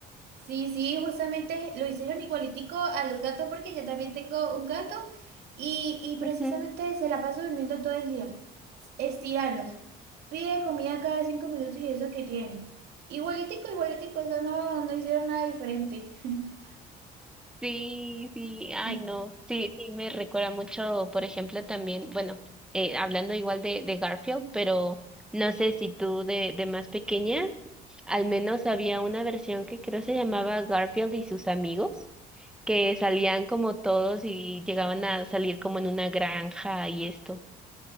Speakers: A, on the right; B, in the centre.
A: Sí, sí, justamente lo hicieron igualitico a los gatos porque yo también tengo un gato y, y precisamente
B: Ujú.
A: se la pasa durmiendo todo el día, estirándose. Pide comida cada cinco minutos y eso que tiene. Igualitico, igualitico, o sea, no, no hicieron nada diferente. <laughs>
B: Sí, sí, ay
A: Y-
B: no, sí, sí, me recuerda mucho, por ejemplo, también, bueno, eh, hablando igual de, de Garfield, pero no sé si tú de, de más pequeña, al menos había una versión que creo se llamaba Garfield y sus amigos, que salían como todos y llegaban a salir como en una granja y esto.